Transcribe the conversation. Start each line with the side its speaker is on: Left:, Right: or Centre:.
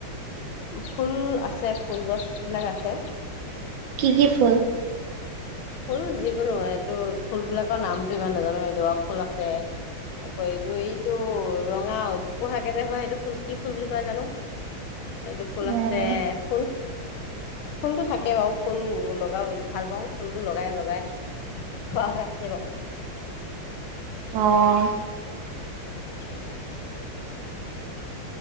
Left: ফুল আছে। ফুল গছবিলাক আছে।
Right: কি কি ফুল?
Left: ফুল যিকোনো এইটো ফুলবিলাকৰ নামটো ইমান নাজানো এই জোৱা ফুল আছে আকৌ এইটো এইটো ৰঙা জোপোহাকে যে হয় সেইটো ফুল কি ফুল বুলি কয় জানো? সেইটো ফুল
Right: উম
Left: আছে ফুল ফুলটো থাকে বাৰু ফুল লগা ভাল পাওঁ। ফুলটো লগাই - লগাই থোৱা হৈ আছে বাৰু।
Right: অ'।
Left: উম